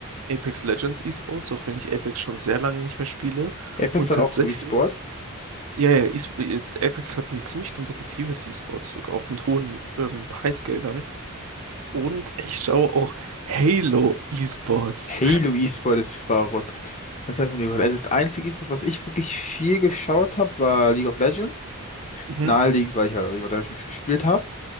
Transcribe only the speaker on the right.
Apex Legends E-Sports, auch wenn ich Apex schon sehr lange nicht mehr spiele.
Und
tatsächlich,
ja, ja, E-Sp- Apex hat ein ziemlich kompetitives E-Sports, sogar auch mit hohen ähm, Preisgeldern. Und ich schaue auch Halo Esports.
Mhm,